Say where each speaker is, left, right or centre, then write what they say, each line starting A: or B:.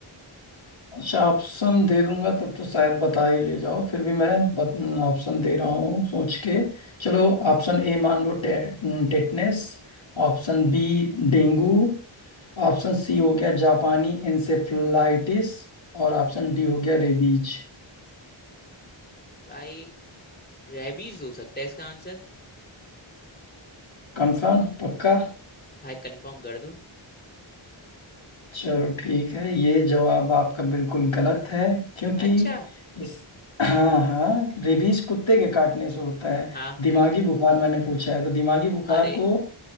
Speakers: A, on the left; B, on the left.
A: अच्छा ऑप्शन दे दूंगा तब तो शायद बता ही ले जाओ फिर भी मैं बत, ऑप्शन दे रहा हूँ सोच के चलो ऑप्शन ए मान लो टे, tetanus Option B dengue Option C हो गया जापानी इंसेफ्लाइटिस और ऑप्शन डी हो गया रेबीज
B: भाई रेबीज हो सकता है इसका आंसर
A: कंफर्म पक्का
B: भाई कंफर्म कर दो
A: चलो ठीक है ये जवाब आपका बिल्कुल गलत है क्योंकि
B: अच्छा
A: इस हाँ हाँ रेबीज कुत्ते के काटने से होता है
B: हाँ
A: दिमागी बुखार मैंने पूछा है तो दिमागी बुखार
B: अरे
A: को